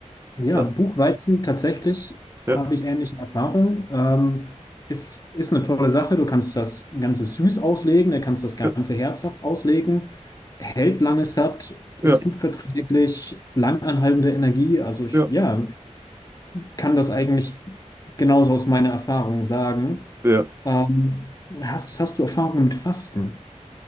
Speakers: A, on the left; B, on the right.
A: ja,
B: Das
A: Buchweizen
B: ist,
A: tatsächlich
B: ja,
A: habe ich ähnliche Erfahrungen. Ähm, ist, ist eine tolle Sache. Du kannst das Ganze süß auslegen, du kannst das Ganze
B: ja,
A: herzhaft auslegen. Hält lange satt,
B: ja,
A: ist gut verträglich, langanhaltende Energie. Also ich,
B: ja,
A: ja, kann das eigentlich genauso aus meiner Erfahrung sagen.
B: ja.
A: Ähm, hast, hast du Erfahrungen mit Fasten?